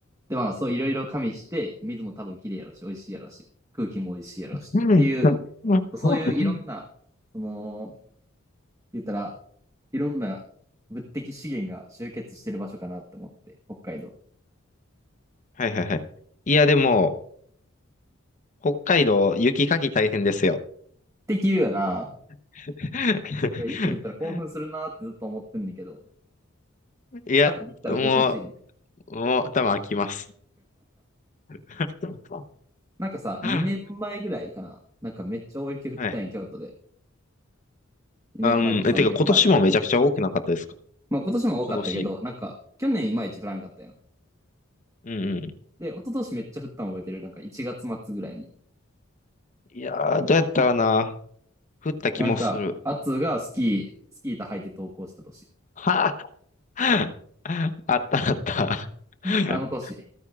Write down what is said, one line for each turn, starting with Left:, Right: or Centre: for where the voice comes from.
Right: で、まあ、そういろいろ加味して、水も多分きれいやろし、美味しいやろし、空気も美味しいやろしっていう、
Left: うん。うん
Right: そういういろんな、その、言ったら、いろんな物的資源が集結してる場所かなって思って、北海道。っ
Left: はいはいはい。いや、でも、北海道、雪かき大変ですよ。
Right: て言うよな。
Left: <laughs>
Right: いや、雪降ったら興奮するなってずっと思ってんねんけど、
Left: いや、
Right: 多分行ったら興奮しへんで。
Left: もう、もう、多分飽きます。<laughs>
Right: なんかさ、
Left: は
Right: 2年前ぐらいかな。なんかめっちゃ大雪降ったんや、
Left: い。
Right: 京都で。2年前か3年前か。
Left: あん、え、てか、今年もめちゃくちゃ多くなかったですか
Right: まあ今年も多かったけど、
Left: 今年。
Right: なんか去年いまいち降らんかったやん。
Left: うんうん。
Right: で、一昨年めっちゃ降ったの覚えてる。なんか1月末ぐらいに。
Left: いやー、どうやったかな降った気もする。
Right: なんか、アツがスキー、スキー板履いて登校した年。
Left: はあ、<laughs> あったあった。<laughs>
Right: あの年。